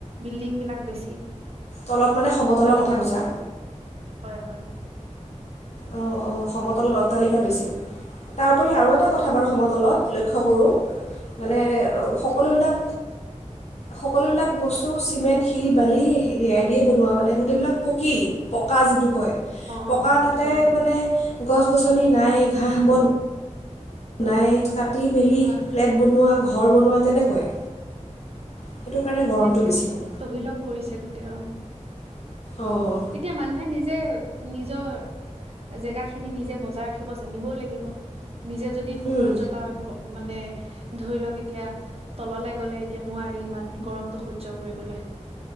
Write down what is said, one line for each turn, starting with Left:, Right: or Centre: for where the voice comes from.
Right: বিল্ডিং বিলাক বেছি।
Left: তলত মানে সমতলৰ
Right: অট্টালিকা
Left: কথা কৈছা
Right: বেছি হয় হয়।
Left: অ অ সমতলত অট্টালিকা বেছি। তাৰ উপৰি আৰু এটা
Right: হয়
Left: কথা বাৰু সমতলত। লক্ষ্য কৰো। মানে
Right: হয় কওকচোন
Left: সকলোবিলাক
Right: অ
Left: সকলোবিলাক বস্তু চিমেণ্ট শিল বালি সেইয়াই দিয়ে বনোৱা মানে গোটেইবিলাক পকী পকা যিটোক কই পকা
Right: অ সেইটো
Left: তাত তে,
Right: হয়
Left: মানে গছ-গছনি নাই ঘাঁহ-বন নাই। কাটি-মেলি
Right: হয়
Left: ফ্লেট বনোৱা, ঘৰ বনোৱা তেনেকুৱাই সেইটো কাৰণে গৰমটো
Right: সেইটোৱে
Left: বেছি হ'ল
Right: তহিলং কৰিছে গোটেই আৰু
Left: অঁ
Right: এতিয়া মানুহে, নিজে নিজৰ জেগাখিনি নিজে বজাই ৰাখিব জানিবও লাগিব। নিজে যদি সৌন্দৰ্য্যতা
Left: উম,
Right: ভ মানে ধৰি লওক এতিয়া তললে গ'লে এতিয়া নোৱাৰি ইমান গৰম। সহ্য কৰিবলৈ।